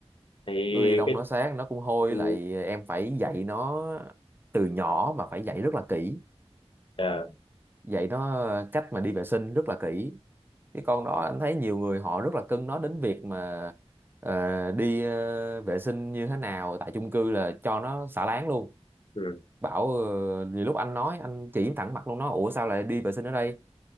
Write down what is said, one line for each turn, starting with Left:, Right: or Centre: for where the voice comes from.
Left: thì
Right: Corgi lông
Left: cái
Right: nó sát nó cũng hôi
Left: ừ,
Right: lại em phải dạy nó từ nhỏ mà phải dạy rất là kỹ
Left: dạ,
Right: dạy nó ờ, cách mà đi vệ sinh rất là kỹ cái con đó anh thấy nhiều người họ rất là cưng nó đến việc mà ờ, đi ờ, vệ sinh như thế nào tại chung cư là cho nó xả láng luôn
Left: ừ.
Right: bảo ờ, nhiều lúc anh nói anh chỉ thẳng mặt luôn nói ủa sao lại đi vệ sinh ở đây